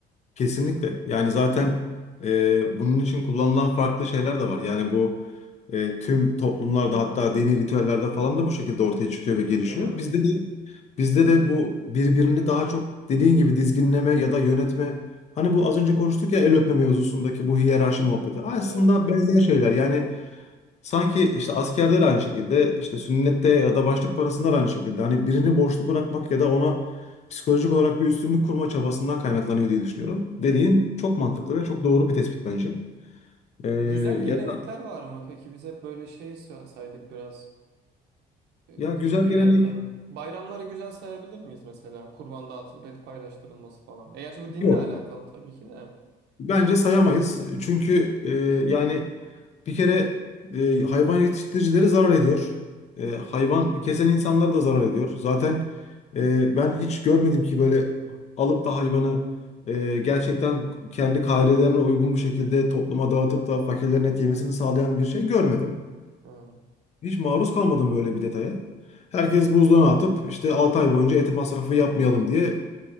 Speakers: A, on the left (about 40°); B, on the right (about 80°).
A: Kesinlikle. Yani zaten e, bunun için kullanılan farklı şeyler de var. Yani bu e, tüm toplumlarda hatta dini ritüellerde falan da bu şekilde ortaya çıkıyor ve gelişiyor.
B: Değil mi?
A: Bizde de bizde de bu birbirini daha çok dediğin gibi dizginleme ya da yönetme. Hani bu az önce konuştuk ya el öpme mevzusundaki bu hiyerarşi muhabbeti. Aslında
B: Evet.
A: benzer şeyler. Yani Sanki işte askerde de aynı şekilde, işte sünnette ya da başlık parasında da aynı şekilde. Hani birini borçlu bırakmak ya da ona psikolojik olarak bir üstünlük kurma çabasından kaynaklanıyor diye düşünüyorum. Dediğin çok mantıklı ve çok doğru bir tespit bence. Ee,
B: Güzel
A: ya
B: gelenekler
A: da
B: var mı? Peki biz hep böyle şey say- saydık biraz e,
A: ya güzel
B: kötüye
A: gelenek
B: yakın. Bayramları güzel sayabilir miyiz mesela? Kurban dağıtılıp et paylaştırılması falan. E, gerçi bu dinle
A: yok.
B: alakalı tabii ki de.
A: Bence sayamayız. Çünkü e, yani bir kere e, hayvan yetiştiricileri zarar ediyor. E, hayvan kesen insanlar da zarar ediyor. Zaten e, ben hiç görmedim ki böyle alıp da hayvanı e, gerçekten kendi kaidelerine uygun bu şekilde topluma dağıtıp da fakirlerin et yemesini sağlayan bir şey görmedim.
B: Hı.
A: Hiç maruz kalmadım böyle bir detaya. Herkes buzluğuna atıp işte 6 ay boyunca et masrafı yapmayalım diye